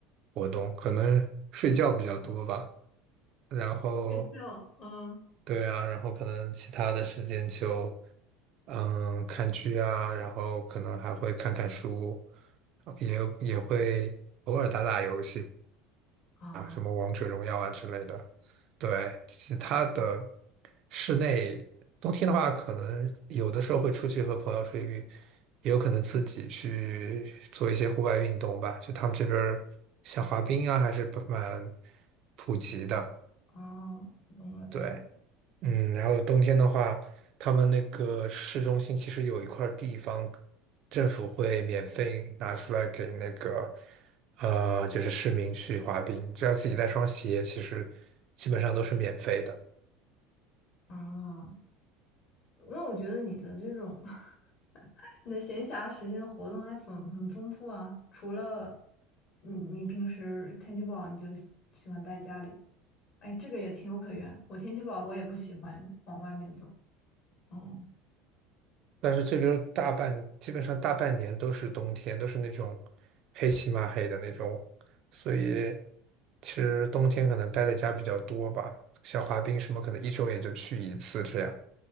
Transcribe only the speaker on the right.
活动，可能睡觉比较多吧，然后
对啊，然后可能其他的时间就，嗯，看剧啊，然后可能还会看看书，呃也也会偶尔打打游戏
啊，什么王者荣耀啊之类的。对，其他的室内，冬天的话，可能有的时候会出去和朋友出去，也有可能自己去做一些户外运动吧。就他们这边儿像滑冰啊，还是蛮普及的。
对。嗯，然后冬天的话，他们那个市中心其实有一块儿地方，政府会免费拿出来给那个，呃，就是市民去滑冰，只要自己带双鞋，其实基本上都是免费的。
但是这边大半，基本上大半年都是冬天，都是那种黑漆麻黑的那种，所以其实冬天可能待在家比较多吧，像滑冰什么，可能一周也就去一次这样。